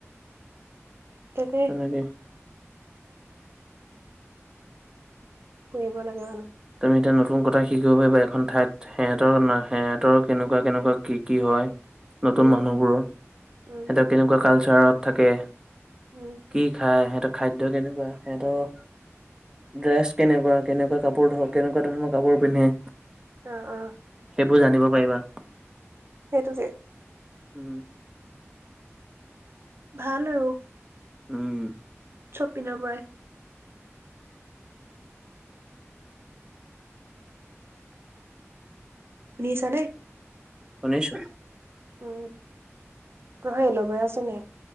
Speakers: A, on the right (about 55°); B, on the right (about 15°).
A: তাকে।
B: তাকে।
A: কৰিব লাগে <unintelligible>
B: তুমি এতিয়া নতুন কথা শিকিব পাৰিবা এখন ঠাইত। সিহঁতৰ ন সিহঁতৰ কেনেকুৱা কেনেকুৱা কি কি হয়। নতুন
A: উম
B: মানুহবোৰৰ। সিহঁতে
A: উম
B: কেনেকুৱা কালচাৰত থাকে।
A: উম।
B: কি খাই সিহঁতৰ খাদ্য কেনেকুৱা সিহঁতৰ, ড্ৰেছ কেনেকুৱা, কেনেকুৱা কাপোৰ ধ কেনেকুৱা ধৰণৰ কাপোৰ পিন্ধে।
A: অ অ।
B: সেইবোৰ জানিব পাৰিবা।
A: সেইটো যে,
B: উম।
A: ভাল আৰু
B: উম।
A: চবপিনৰ পৰাই। শুনিছানে।
B: শুনিছো।
A: উম, তোমাৰ এল'ভেৰা আছে নি।